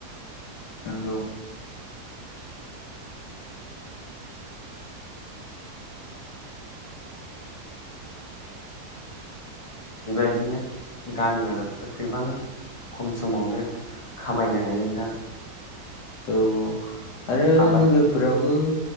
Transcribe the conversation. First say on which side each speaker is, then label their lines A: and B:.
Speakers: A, on the left; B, on the left.
A: नंगौ
B: बेबायदिनो गामिरिफोराव गोबां खम समावनो खामायनो हायो नोंथां।
A: औ औ आरो
B: आबाद
A: नोगोरफोरावबो